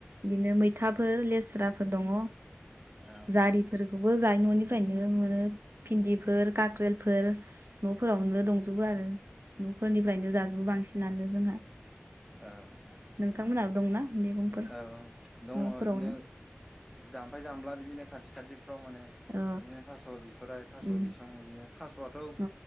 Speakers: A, on the right; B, in the centre.
A: बिदिनो मैथाफोर लेस्राफोर दङ
B: औ
A: जारिफोर खौबो जोहानि न'निफ्रायनो मोनो भिन्दिफोर काक्रेलफोर न'फोरावनो दंजोबो आरो न'फोरनिफ्रायनो जाजोबो फिसिनानो जोंहा
B: ओं ओं!
A: नोंथांमोनहाबो दंना मैगंफोर
B: औ औ दङ
A: न'फोरावनो
B: बिदिनो जाम्फै जामला बिदिनो खाथि खाथि फ्राव माने
A: अ
B: बिदिनो थास' बिथराइ थास'
A: उम
B: बिसं बिदिनो थास'आथ
A: औ